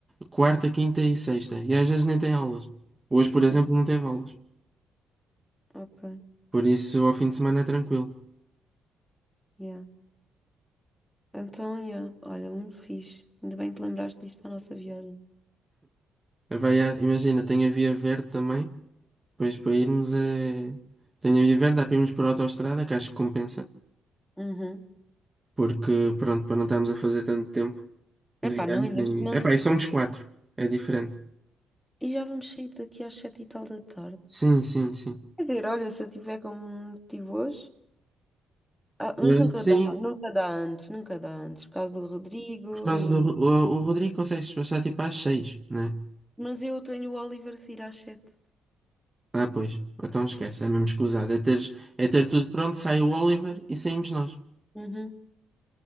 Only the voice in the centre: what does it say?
Hum,
Ok,
yeah. Então, yeah, olha, muito fixe. Ainda bem que te lembraste disso para a nossa viagem.
Uhum.
Epá,
não, ainda por cima.
E já vamos sair daqui às sete e tal da tarde.
Quer dizer, olha, se eu tiver como tive hoje. Ah, mas
nunca
dá, nunca dá antes, nunca dá antes, por causa do Rodrigo
e.
Mas eu tenho o Oliver sair às sete.
Uhum.